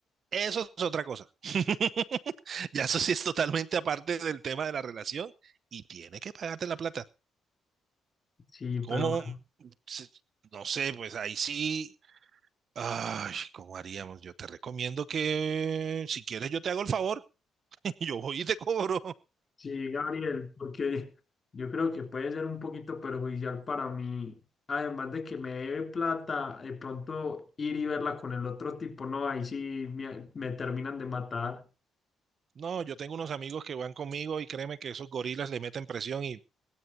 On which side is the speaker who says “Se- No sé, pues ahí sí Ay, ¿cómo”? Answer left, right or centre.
Right